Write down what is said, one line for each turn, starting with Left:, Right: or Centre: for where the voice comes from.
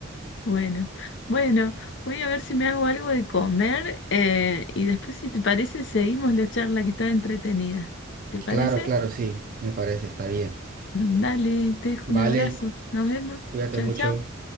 Left: Bueno, bueno, voy a ver si me hago algo de comer eh, y después, si te parece, seguimos la charla que está entretenida. ¿Te parece?
Right: Claro, claro, sí. Me parece, está bien.
Left: Dale, te dejo
Right: Vale,
Left: un abrazo. Nos vemos.
Right: cuídate
Left: Chau,
Right: mucho.
Left: chau.